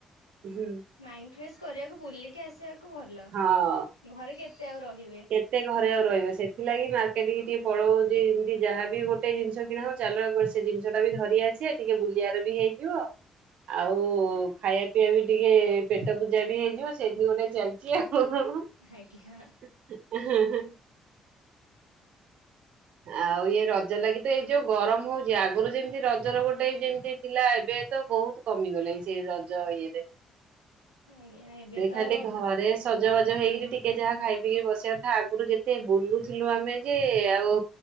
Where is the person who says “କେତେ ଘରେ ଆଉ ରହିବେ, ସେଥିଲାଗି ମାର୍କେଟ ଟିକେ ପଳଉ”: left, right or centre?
Right